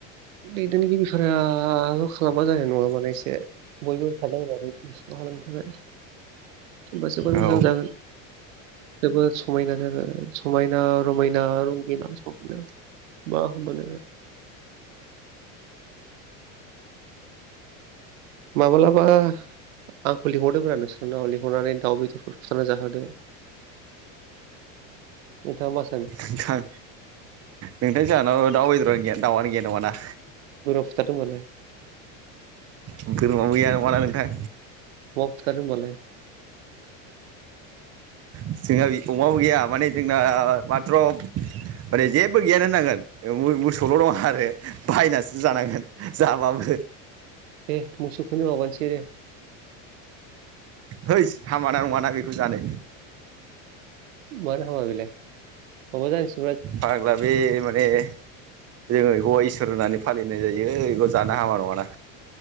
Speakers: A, on the right; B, on the right.
A: दैदेनगिरिफोराल' खालामबा जानाय नङाबालाय एसे बयबोखादों आरो खालामनि थाखाय होनबा जोबोर मोजां
B: औ
A: जागोन। जोबोद समायना जागोन समायना रमायना रगिना समायना मा होनो नोङो माब्लाबा आंखौ लिंहरदोंब्रा नोंसोरनाव लिंहरनानै दाउ बेदरफोर फुथारना जाहोदो नोंथांङा माा सानो?
B: नोंथां नोंथां जोंहानाव दाउ बेदरानो गैया दाउआनो गैया नंङाना।
A: बोरमा बुथारदो होनबालाय।
B: बोरमाबो गैया नंङाला नोंथां
A: अमा बुथारदो होनबालाय।
B: जोंहा अमाबो गैया माने जोंना माथ्र' माने जेबो गियान होनांगोन मोसौल' दंङो आरो। बाहायनासो जानांगोन जाबाबो।
A: दे मोसौखौनो मावाबानोसै दे।
B: है हामाना नंङाना बेखौ जानो।
A: मानो हामा बेलाय माबा जानोसै
B: फाग्ला बे माने जोंङो बेखौ इसोर होननानै फालिनाय जायो बेखौ जानो हामा नंङाना